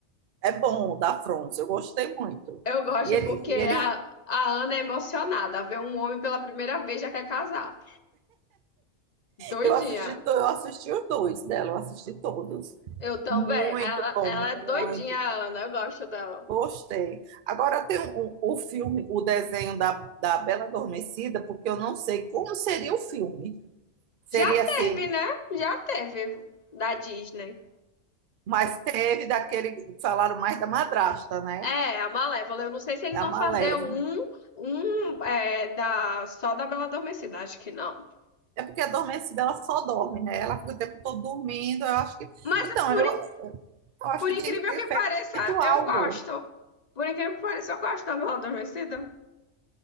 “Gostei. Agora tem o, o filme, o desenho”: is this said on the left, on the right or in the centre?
Right